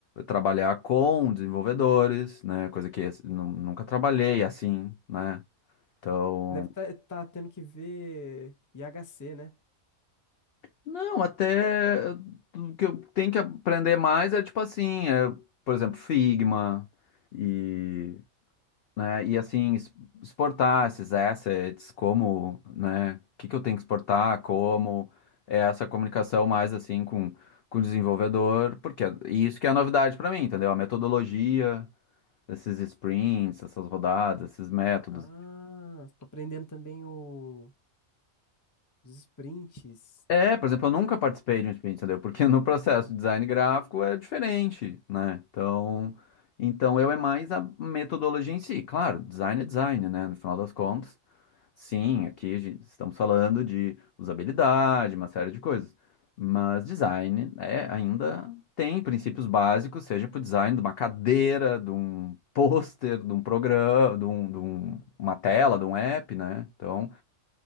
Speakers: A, on the left; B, on the left.
A: trabalhar com desenvolvedores, né? Coisa que assim, nu- nunca trabalhei assim, né? Então,
B: Deve estar tendo que ver IHC, né?
A: não, até eh, o que eu tenho que aprender mais é tipo assim, é, por exemplo, Figma e né? E assim, es- exportar esses assets, como, né? O que que eu tenho que exportar, como, é essa comunicação mais assim com, com o desenvolvedor, porque é- e isso que é a novidade para mim, entendeu? A metodologia, esses sprints, essas rodadas, esses métodos.
B: Ah, tô aprendendo também o- os sprints.
A: É, por exemplo, eu nunca participei de um sprint, entendeu? Porque <laughs> no processo de design gráfico é diferente, né? Então, então eu é mais a metodologia em si. Claro, design é design, né? No final das contas. Sim, aqui a gente- estamos falando de usabilidade, uma série de coisas. Mas design é, ainda tem princípios básicos, seja para o design de uma cadeira, de um pôster, de um programa, de, um- de um- uma tela, de um app, né? Então,